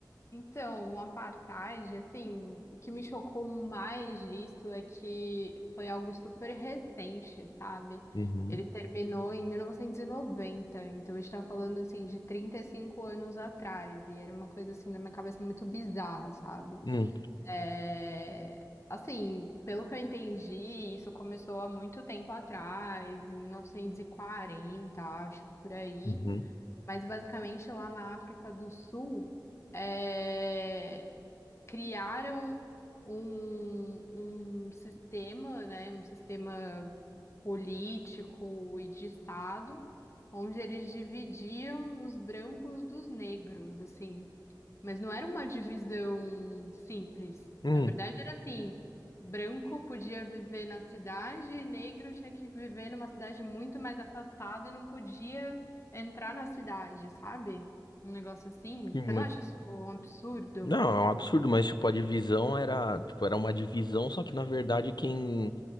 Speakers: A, on the left (about 40°); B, on the left (about 65°).
A: Então, o apartheid, assim, o que me chocou mais disso é que foi algo super recente, sabe?
B: Uhum,
A: Ele terminou em 1990, então a gente tá falando, assim, de 35 anos atrás, e era uma coisa, assim, na minha cabeça muito bizarra, sabe?
B: hum,
A: É, Assim, pelo que eu entendi, isso começou há muito tempo atrás, em 1940, acho, por aí.
B: uhum,
A: Mas basicamente lá na África do Sul, é, criaram um, um sistema, né, um sistema político e de Estado, onde eles dividiam os brancos dos negros, assim. Mas não era uma divisão simples.
B: hum,
A: Na verdade, era assim: branco podia viver na cidade, e negro tinha que viver numa cidade muito mais afastada e não podia entrar na cidade, sabe? Um negócio assim.
B: sim,
A: Você
B: mas-
A: não acha isso um absurdo?
B: Não, é um absurdo, mas tipo, a divisão era, tipo, era uma divisão, só que na verdade quem,